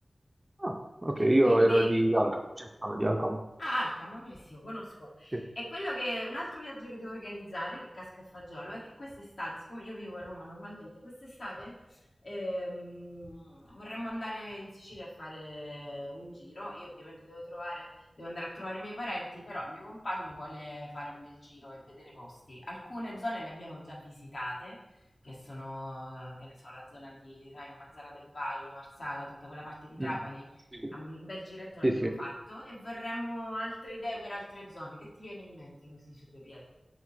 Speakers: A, on the right; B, on the left.
A: Ah, ok, io
B: Quindi?
A: ero di Alcamo, cioè sono di Alcamo.
B: Ah, Alcamo, benissimo, conosco.
A: Sì.
B: E quello che un altro viaggio che devo organizzare, che casca a fagiolo, è che quest'estate, siccome io vivo a Roma normalmente, quest'estate ehm, vorremmo andare in Sicilia a fare un giro. Io ovviamente devo trovare, devo andare a trovare i miei parenti, però il mio compagno vuole fare un bel giro e vedere posti. Alcune zone le abbiamo già visitate, che sono, che ne so, la zona di, sai, Mazzara del Vallo, Marsala, tutta quella parte di Trapani
A: Mm, sì.
B: Ah, Un bel giretto l'abbiamo
A: Sì, sì.
B: fatto e vorremmo altre idee per altre zone. Che ti viene in mente così su due piedi?